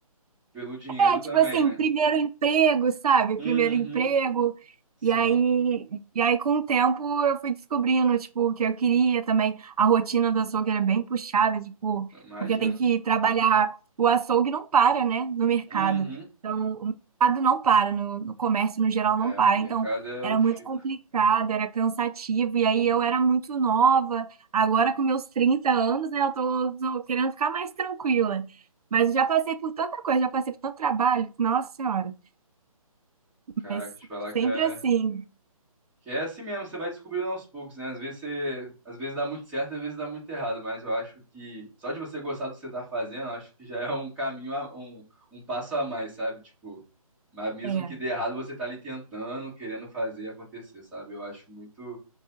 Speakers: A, in the centre; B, on the right (about 80°).
A: pelo dinheiro
B: é,
A: também,
B: tipo assim,
A: né?
B: primeiro emprego, sabe?
A: Uhum,
B: Primeiro emprego.
A: sim.
B: E aí, e aí com o tempo, eu fui descobrindo, tipo, o que eu queria também. A rotina do açougue era bem puxada, tipo,
A: Imagino.
B: porque tem que trabalhar. O açougue não para, né? No mercado.
A: Uhum.
B: Então, o mercado não para, no, no comércio, no geral,
A: É,
B: não para.
A: mercado
B: Então,
A: é
B: era
A: o que
B: muito
A: fica.
B: complicado, era cansativo. E aí, eu era muito nova. Agora, com meus 30 anos, né? Eu tô, tô querendo ficar mais tranquila. Mas eu já passei por tanta coisa, já passei por tanto trabalho, nossa senhora.
A: Caraca,
B: Mas
A: te falar
B: sempre
A: que é.
B: assim.
A: Que é assim mesmo, você vai descobrindo aos poucos, né? Às vezes você, às vezes dá muito certo, às vezes dá muito errado, mas eu acho que só de você gostar do que você tá fazendo, eu acho que já é um caminho, a- um, um passo a mais, sabe? Tipo, mas mesmo
B: É.
A: que dê errado, você tá ali tentando, querendo fazer acontecer, sabe? Eu acho muito,